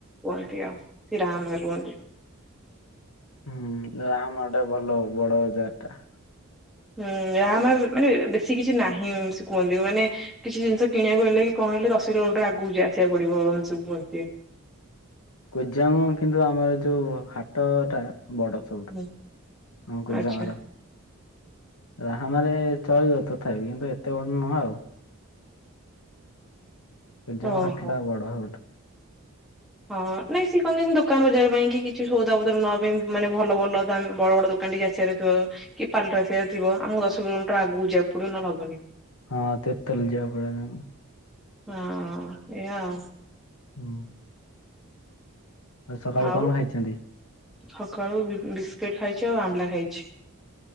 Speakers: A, in the centre; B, on the left.
A: କୁହନ୍ତି ଆଉ ସେ ରାହାମା କୁହନ୍ତି।
B: ହୁଁ, ରେରାହାମା ଟା ଭଲ ବଡ ବଜାର ଟା।
A: ହୁଁ, ରାହାମା ର- ମାନେ ବେଶୀ କିଛି ନାହିଁ ସେ କୁହନ୍ତି, ମାନେ କିଛି ଜିନିଷ କିଣିବାକୁ ହେଲେ କି କଣ ହେଲେ ଦଶ କିଲୋମିଟର ଆଗକୁ ଯେ ଆସିବାକୁ ପଡିବ ଏମତି ସବୁ କୁହନ୍ତି।
B: କୁଜଙ୍ଗ କିନ୍ତୁ ଆମର ଯୋଉ ହାଟ ଟା ବଡ। ସବୁଠୁ
A: ହୁଁ
B: ଆମ କୁଜଙ୍ଗ
A: ଆଚ୍ଛା
B: ର। ରାହାମା ରେ ଚଳିବ ତଥାପି କିନ୍ତୁ ଏତେ ବଡ ନୁହଁ ଆଉ। କୁଜଙ୍ଗ
A: ଓହୋ।
B: ହାଟଟା ବଡ ସବୁଠୁ।
A: ହଁ ନାଇଁ ସିଏ କହନ୍ତି ଦୋକାନ ବଜାର ପାଇଁ କି କିଛି ସଉଦା ପତରର ନବା ପାଇଁ, ମାନେ ଭଲ ଭଲ ଦାମ ବଡ ବଡ ଦୋକ କାନ ଟିକେ ଆସିବାର ଥିବ କି ପାର୍ଲର ଆସିବାର ଥିବ ଆମକୁ ଦଶ କିଲୋମିଟର ଆଗକୁ ଯିବାକୁ ପଡିବ ନହେଲେ ହବନି।
B: ହଁ ତିର୍ତ୍ତୋଲ ଯିବାକୁ ପଡିବ ତାଙ୍କୁ।
A: ହଁ ଏଇଆ ଆଉ।
B: ହଁ। ଆଜି ସକାଳୁ
A: ଆଉ
B: କଣ ଖାଇଛନ୍ତି?
A: ସକାଳୁ ବି-ଉଁ, ବିସ୍କିଟ୍ ଖାଇଛି ଆଉ ଆମ୍ବଲା ଖାଇଛି।